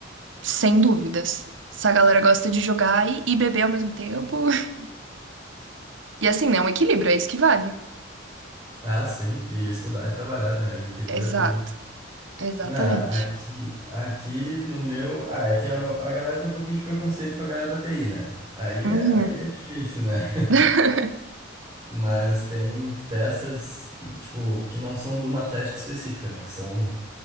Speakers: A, on the right; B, on the right.
A: sem dúvidas. Essa galera gosta de jogar e, e beber ao mesmo tempo. <laughs> E assim, né, um equilíbrio, é isso que vale.
B: Ah, sim, e estudar e trabalhar, né? O equilíbrio
A: Exato,
B: é tudo.
A: exatamente.
B: Não, aqui, aqui no meu. Ah, é que a, a galera tem um pouquinho de preconceito com a galera da TI, né? Aí
A: Uhum.
B: é, aí é difícil, né? <laughs>
A: <laughs>
B: Mas tem festas, tipo, que não são de uma atlética específica, né? Que são